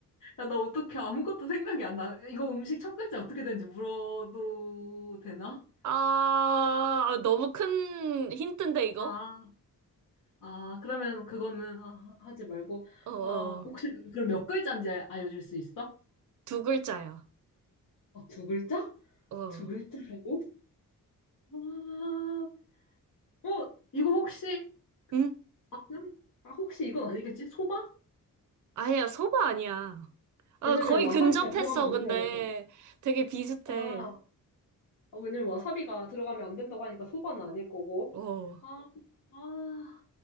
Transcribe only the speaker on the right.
아, 너무 큰 힌트인데, 이거?
어, 어.
두 글자야.
어.
응?
아니야, 소바 아니야. 아,
거의
근접했어,
근데.
되게 비슷해.
어.